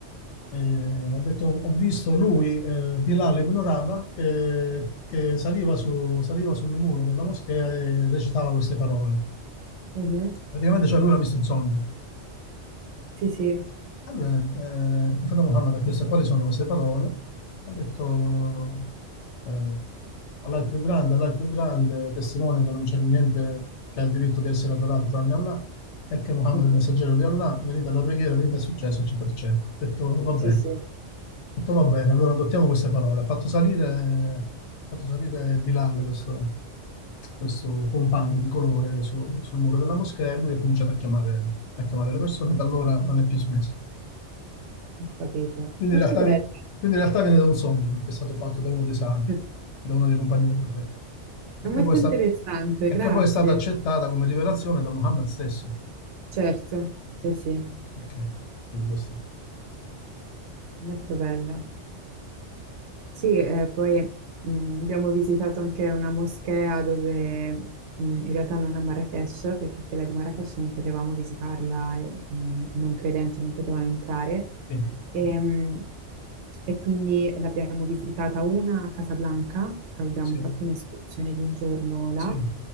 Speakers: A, on the left; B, on the right.
A: Eh, ha detto, ho visto lui, eh, Bilal ibn Rabah, che, che saliva, su- saliva sul muro della moschea e recitava queste parole.
B: mhm,
A: Praticamente, cioè, lui l'ha visto in sogno.
B: Sì, sì.
A: Allora, eh, il profeta Muhammad ha chiesto quali sono queste parole. Ha detto, eh, Allah è il più grande, Allah è il più grande, testimone che non c'è niente che ha il diritto di essere adorato tranne Allah, e che Muhammad
B: mhm,
A: è il messaggero di Allah, merita la preghiera, merita il successo, eccetera, eccetera. Ha detto, va
B: Sì,
A: bene.
B: sì, ho
A: Ha detto, va bene, allora adottiamo queste parole. Ha fatto salire, ha fatto salire Bilal, questo, questo compagno di colore, su- sul muro della moschea, e lui ha cominciato a chiamare, a chiamare le persone, e da allora non è più smesso.
B: capito.
A: Quindi
B: Molto
A: in realtà,
B: bello.
A: vi- quindi in realtà viene da un sogno che è stato fatto da uno dei sabi,
B: È
A: da uno dei compagni del profeta, e
B: molto
A: che poi è sta-
B: interessante,
A: e
B: grazie.
A: che poi è stata accettata come rivelazione da Muhammad stesso.
B: Certo, sì, sì,
A: Ok, quindi questo.
B: molto bello. Sì, eh, poi mh, abbiamo visitato anche una moschea dove mh, in realtà non a Marrakech, perché quella di Marrakech non potevamo visitarla, eh, mh, i non credenti non potevano entrare.
A: Sì,
B: E, mh, e quindi l'abbiamo visitata una a Casablanca, perché abbiamo
A: sì,
B: fatto un'escursione di un giorno là.
A: sì,